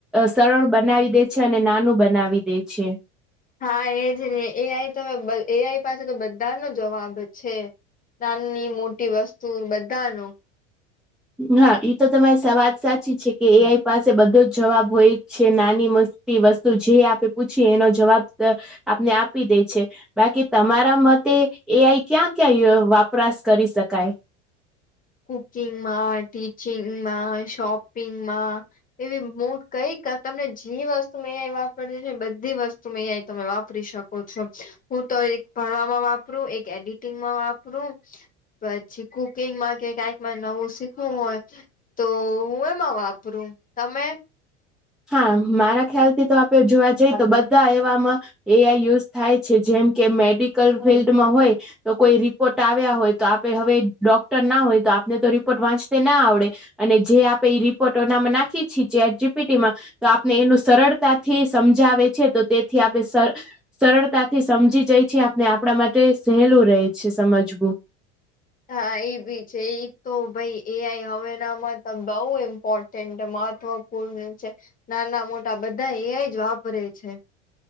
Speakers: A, in the centre; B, on the left (about 25°).
A: સરળ બનાવી દે છે. અને નાનું બનાવી દે છે.
B: હા એજ ને એ આઈ તો બધ એઆઈ પાસે તો બધા નો જવાબ છે. નાની મોટી વસ્તુ બધાનો
A: હા ઇતો તમારી સવા વાત સાચી છે, કે એ આઈ પાસે બધો જ જવાબ હોય છે નાની મો ટી વસ્તુ જે આપે પૂછીએ એનો જવાબ આપણને આપી દે છે. બાકી તમારા મતે એઆઈ ક્યાં ક્યાં <inaudible> વાપરાશ કરી શકાય?
B: કુકિંગમાં, ટીચિંગમાં, શોપિંગમાં,.. એવી મ <unintelligible> કઈ તમને જેી વસ્તુ મે વાપર બધી વસ્ત... તમે એઆઈ તમે વાપરી શકો છો હું તો એક... ભણવામાં વાપરું એક એડિટિંગમાં વાપરું પછી કુકિંગમાં <unintelligible> ક્યાંક નવું શીખવું હોય તો હું એમાં વાપરું તમે...
A: હા મારા ખ્યાલ થી તો આપે જોવા જઈએ તો બધા એવામાં... એઆઈ યુઝ થાય છે, જેમ કે મેડિકલ ફિલ્ડમાં હોય... તો કોઈ રિપોર્ટ આવ્યા હોય તો આપે હવે ડોક્ટર ના હોય તો આપને તો રિપોર્ટ વાંચ... તા ના આવડે અને જે આપે એ રિપોર્ટોનામાં નાખી છી ચેટ જીપી... તેમાં તો આપને એનું સરળતાથી સમજાવે છે તો તે... થી આપણે સર સરળતાથી સમજી જય છી આપને... આપણા માટે સહેલું રહે છે, સમજવું.
B: હા એ બી છે, એ તો ભાઈ... એઆઈ હવેનામાં તો બહું ઇમ્પોર્ટન્ટ મહત્વપૂર્ણ છે. નાના મોટા બધા એઆઇ ય જ વાપરે છે.